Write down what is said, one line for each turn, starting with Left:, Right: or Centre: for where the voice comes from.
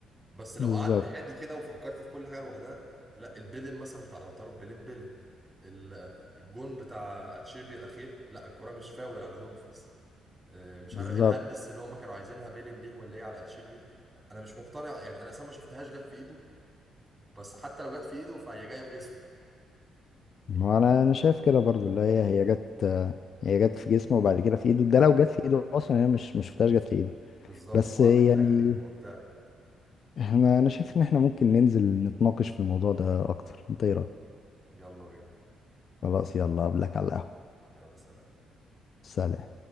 Right: بس لو
Left: بالظبط
Right: قعدت هادي كده وفكرت في كل حاجه لوحدها لا البيلين مثلا بتاع لوتارو بيلين بيلين ال- الجون بتاع اتشيربي الاخير لا الكره مش فاول على دومفريز آه، مش
Left: بالظبط
Right: عارف الهندس اللي هم كانوا عايزينها بيلين ليهم اللي هي على اتشيربي لا، انا مش مقتنع يعني انا اصلا ما شفتهاش جت في ايده بس حتى لو جت في ايده فهي جايه في جسمه
Left: ما انا انا شايف كده برضو اللي هي هي جت هي جت في جسمه وبعد كده في ايده ده لو جت في ايده اصلا هي مش مش شفتهاش جت في ايده
Right: بالظبط
Left: بس
Right: وعامل
Left: يعني
Right: تاكلينج وبتاع
Left: احنا انا شايف ان احنا ممكن ننزل نتناقش في الموضوع ده اكتر انت ايه رأيك
Right: يلا بينا يلا
Left: خلاص يلا قبلك على القهوة
Right: يلا سلام
Left: سلام